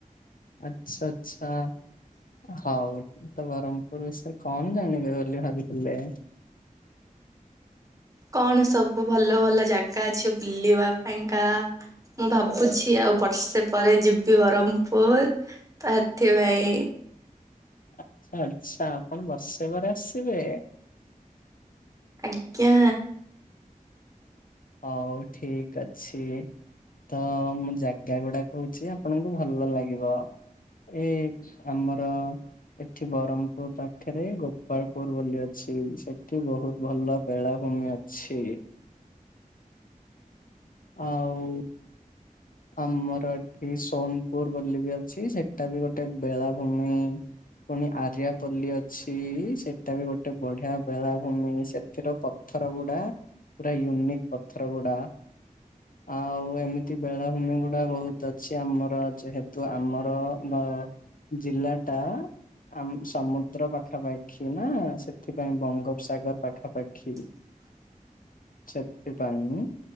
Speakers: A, on the left; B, on the right.
A: ଆଚ୍ଛା ଆଚ୍ଛା। ହଉ ତ ବରହମ୍ପୁର ବିଷୟରେ କଣ ଜାଣିବ ବୋଲି ଭାବିଥିଲେ?
B: କଣ ସବୁ ଭଲ ଭଲ ଜାଗା ଅଛି ବୁଲିବା ପାଇଁକା? ମୁଁ ଭାବୁଛି ଆଉ ବର୍ଷେ ପରେ ଯିବି ବରହମ୍ପୁର। ତ ହେଥି ପାଇଁ।
A: ଆଚ୍ଛା ଆଚ୍ଛା। ଆପଣ ବର୍ଷେ ପରେ ଆସିବେ?
B: ଆଜ୍ଞା।
A: ହଉ ଠିକ୍ ଅଛି। ତ ମୁଁ ଜାଗାଗୁଡା କହୁଛି। ଆପଣଙ୍କୁ ଭଲ ଲାଗିବ। ଏଇ ଆମର ଏଠି ବରହମ୍ପୁର ପାଖରେ ଗୋପାଳପୁର ବୋଲି ଅଛି। ସେଠି ବହୁତ ଭଲ ବେଳାଭୂମି ଅ ଛି। ଆଉ ଆମର ଏଠି ସୋନପୁର ବୋଲି ବି ଅଛି, ସେଟା ବି ଗୋଟେ ବେଳାଭୂମି। ପୁଣି ଆର୍ଯ୍ୟପଲ୍ଲୀ ଅଛି ସେଟା ବି ଗୋଟେ ବଢିଆ ବେଳାଭୂମି। ସେଥିର ପ ଥରଗୁଡା ପୁରା ୟୁନିକ୍ ପଥରଗୁଡା। ଆଉ ଏମିତି ବେଳାଭୂମିଗୁଡା ବହୁତ ଅଛି ଆମର। ଯେହେତୁ ଆମର ମେ ଜିଲ୍ଲାଟା ଆମକୁ ସମୁଦ୍ର ପାଖାପାଖି ନା ସେଥିପାଇଁ ବଙ୍ଗୋପସାଗର ପାଖାପାଖି।
B: ହ <inaudible>
A: ସେଥିପାଇଁ କି